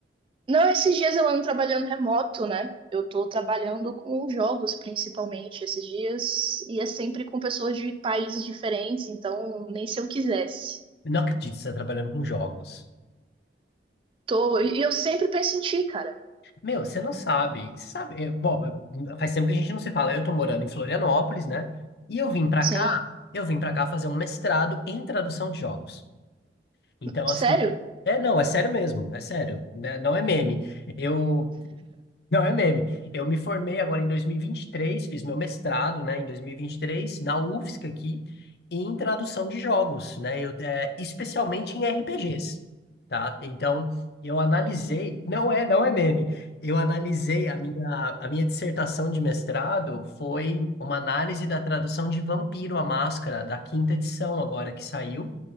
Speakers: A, on the right (about 30°); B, on the left (about 60°).
A: Não, esses dias eu ando trabalhando remoto, né? Eu tô trabalhando com jogos, principalmente, esses dias, e é sempre com pessoas de países diferentes, então nem se eu quisesse.
B: Eu Não acredito que você está trabalhando com jogos.
A: Tô, e eu sempre penso em ti, cara.
B: Meu, você não sabe. Você sabe, eu- bom, eu- faz tempo que a gente não se fala. Eu tô morando em Florianópolis, né? E eu vim para
A: Sim.
B: cá, eu vim para cá fazer um mestrado em tradução de jogos. Então,
A: Sério?
B: assim, é, não, é sério mesmo, é sério, né? Não é meme. Eu, Não é meme. Eu me formei agora em dois mil e e vinte e três. fiz meu mestrado, né, em dois mil e e vinte e três, na UFSC aqui, em tradução de jogos, né, eu, é, especialmente em RPGs, tá? Então, eu analisei, não é, não é meme, eu analisei, a minha, a minha dissertação de mestrado foi uma análise da tradução de Vampiro a Máscara, da quinta edição agora que saiu,